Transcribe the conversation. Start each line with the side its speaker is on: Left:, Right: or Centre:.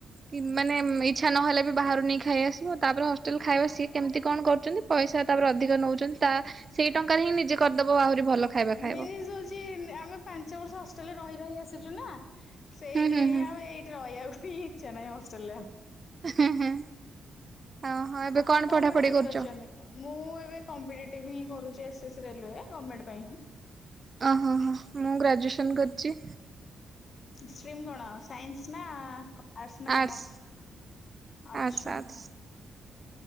Right: କି ମାନେ ଇଚ୍ଛା ନହେଲେ ବି ବାହାରୁ ନେଇ ଖାଇ ଆସିବ। ହୋଟେଲ ଖାଇବା ସି କେମିତି କଣ କରୁଛନ୍ତି ପଇସା ତାପରେ ଅଧିକ ନଉଛନ୍ତି ତା ସେଇ ଟଙ୍କାରେ ହିଁ ନିଜେ କରିଦବ ଆହୁରି ଭଲ ଖାଇବା ଖାଇବ।
Left: ମେ <inaudible> ଆମେ ପାଞ୍ଚ ବର୍ଷ ହଷ୍ଟେଲରେ ରହି ରହି ଆସିଛୁ ନାଁ। ସେଇଥିଲାଗି
Right: ହୁଁ ହୁଁ ହୁଁ
Left: ଆଉ ଏଇଠି ରହିବାକୁ ହିଁ ଇଚ୍ଛା ନାହିଁ ହଷ୍ଟ୍ରେଲେ ରେ।
Right: ହୁଁ ହୁଁ ଓହୋ ଏବେ
Left: ଆପଣ କଣ ପଢାପଢି
Right: କରୁଛ?
Left: କରିଛନ୍ତି ମୁଁ ଏବେ କମ୍ପିେଟିଭ ହିଁ କରୁଛି ଏସ ଏସ ରେଲୁୟେ ଗମେଣ୍ଟ ପାଇଁଁ
Right: ଓହୋ ହ ମୁଁ ଗ୍ରାଜୁଏସନ କରିଛି।
Left: ଷ୍ଟିମ୍ କଣ ସାଇସି ନାଁ ଆରସ ନା
Right: ଆର୍ଟସ
Left: କମର୍ସ ଆଚ୍ଛା
Right: ଆର୍ଟସ ଆର୍ଟସ।